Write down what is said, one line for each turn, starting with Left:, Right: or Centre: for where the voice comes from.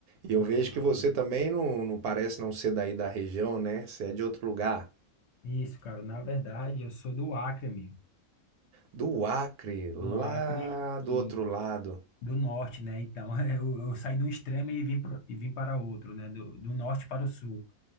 Right: E eu
Left: Ah,
Right: vejo que você também não, não parece não ser daí da região, né? Você é de outro lugar.
Left: isso, cara. Na verdade, eu sou do Acre, amigo.
Right: Do Acre, lá
Left: Do Acre
Right: do
Left: e
Right: outro lado.
Left: do norte, né? Então, <laughs> eu, eu saí de um extremo e vim, pro- e vim para outro, né? Do, do norte para o sul.